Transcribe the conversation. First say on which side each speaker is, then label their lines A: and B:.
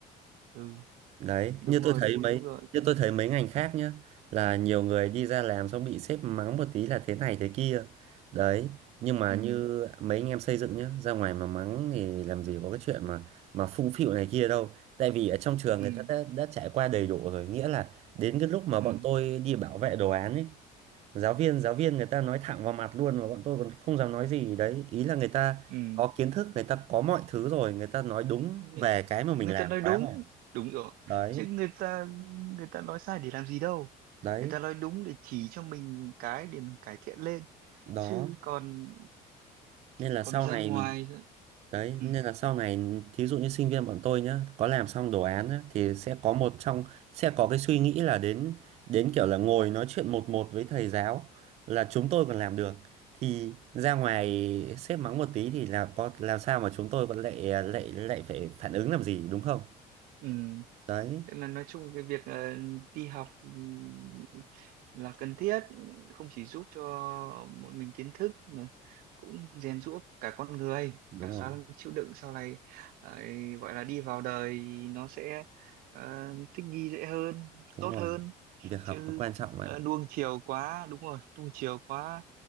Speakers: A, on the right; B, on the right.
A: ừ
B: Đấy,
A: đúng
B: như
A: rồi
B: tôi
A: đúng
B: thấy mấy
A: đúng rồi
B: như tôi thấy mấy ngành khác nhá là nhiều người đi ra làm xong bị sếp mắng một tí là thế này thế kia. Đấy, nhưng mà
A: ừ
B: như mấy anh em xây dựng nhá, ra ngoài mà mắng thì làm gì có cái chuyện mà mà phung phịu này kia đâu. Tại vì ở trong trường
A: ừ
B: người ta đã, đã trải qua đầy đủ rồi, nghĩa là đến cái lúc mà
A: ừ
B: bọn tôi đi bảo vệ đồ án ấy, giáo viên giáo viên người ta nói thẳng vào mặt luôn mà bọn tôi còn không dám nói gì đấy. Ý là người ta
A: ừ
B: có kiến thức, người ta có mọi thứ rồi, người ta nói đúng
A: Ng-
B: về cái mà mình
A: người
B: làm
A: ta nói đúng
B: quá rồi.
A: đúng rồi
B: Đấy
A: chứ người ta người ta nói sai để làm gì đâu
B: đấy
A: người ta nói đúng để chỉ cho mình cái để mình cải thiện lên
B: đó
A: chứ còn
B: nên là
A: còn
B: sau
A: ra
B: này
A: ngoài
B: mình đấy
A: ừ
B: nên là sau này thí dụ như sinh viên bọn tôi nhá có làm xong đồ án nhá, thì sẽ có một trong sẽ có cái suy nghĩ là đến đến kiểu là ngồi nói chuyện một một với thầy giáo là chúng tôi còn làm được thì ra ngoài sếp mắng một tí thì là có làm sao mà chúng tôi còn lại lại lại phải phản ứng làm gì đúng không
A: ừ
B: đấy
A: Thế là nói chung cái việc ờ, đi học ừm, là cần thiết không chỉ giúp cho một mình kiến thức mà cũng rèn giũa cả con người
B: đúng
A: cả khả
B: rồi
A: năng chịu đựng sau này ấy, gọi là đi vào đời nó sẽ ờ, thích nghi dễ hơn tốt
B: đúng rồi
A: hơn
B: việc
A: chứ
B: học nó quan trọng bạn
A: ờ,
B: ạ
A: nuông chiều quá đúng rồi nuông chiều quá